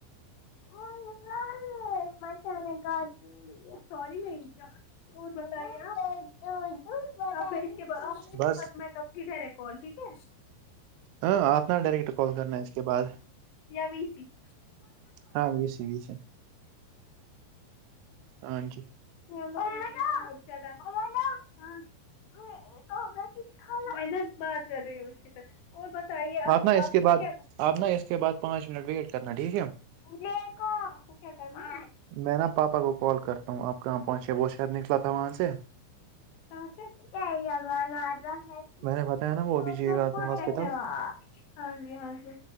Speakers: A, on the left (about 90°); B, on the right (about 80°).
A: ہیا <unintelligible> مچھروں نے کاٹ سوری میری جان اور بتائیں آپ اب میں اس کے بعد اسکے
B: بس
A: بعد کرتی ڈائرکٹ کال ٹھیک ہے
B: ہاں آپ نا ڈائریکٹ کال کرنا اس کے بعد
A: یا ویسی
B: ہاں ویسی ویسی ہاں جی
A: ہاں میں کہوں گا کہکھاؤ میں نا بات کر رہی ہوں اس کے ساتھ اور بتائیے
B: آپ نا اس کے
A: کو
B: بعد
A: کیا
B: آپ نا اس کے بعد پانچ منٹ ویٹ کرنا ٹھیک ہے
A: دیکھو آپ کو کیا کرنا ہے
B: میں نا پاپا کو کال کرتا ہوں آپ کہاں پہنچے وہ شاید نکلا تھا وہاں سے
A: کہاں سے <unintelligible>
B: میں نے بتایا
A: کچھ
B: نا وہ ابھی
A: اچھا
B: جی آتے ہیں ہاسپٹل
A: اچھا ہاں جی ہاں جی